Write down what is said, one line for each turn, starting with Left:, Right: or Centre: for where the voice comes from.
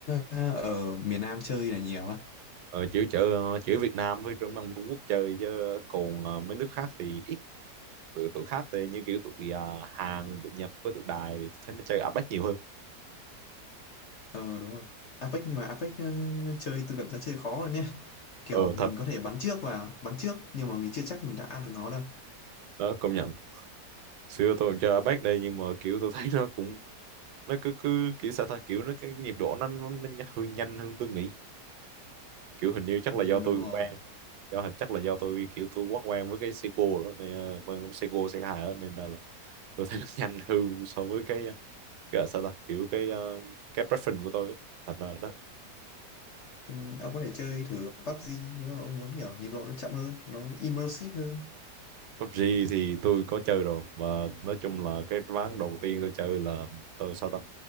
Left: ờ, ở miền Nam chơi là nhiều á
Right: ờ, chỉ chữ ờ, chữ Việt Nam với mấy ông Trung Quốc chơi chứ còn ờ, mấy nước khác thì ít tụi tụi khác thì như kiểu tụi ờ, Hàn tụi Nhật với tụi Đài thì tôi thấy nó chơi APEC nhiều hơn
Left: Ờ đúng rồi Apex nhưng mà Apex ờ, chơi tôi cảm giác chơi khó hơn nhé Kiểu
Right: ờ
Left: mình
Right: thật
Left: có thể bắn trước và Bắn trước nhưng mà mình chưa chắc mình đã ăn được nó đâu
Right: đó công nhận xưa tôi cũng chơi APEC đây nhưng mà kiểu tôi thấy nó cũng nó cứ cứ kiểu sao ta kiểu nó cái nhịp độ nó nó, nó nhanh- hơi nhanh hơn tôi nghĩ kiểu hình như chắc
Left: Ừ
Right: là do tôi
Left: đúng rồi
Right: quen do chắc là do tôi kiểu tôi quá quen với cái Seiko đó nên ờ, quen Seiko C2 đó nên là tôi thấy nó <laughs> nhanh hư so với cái gọi là sao ta kiểu cái ờ, cái preference của tôi ấy. thành ra đó
Left: ừ, Ông có thể chơi thử PUBG Nếu mà ông muốn kiểu nhịp độ nó chậm hơn Nó immersive hơn
Right: PUBG thì tôi có chơi rồi mà nói chung là cái ván đầu tiên tôi chơi là tôi sao ta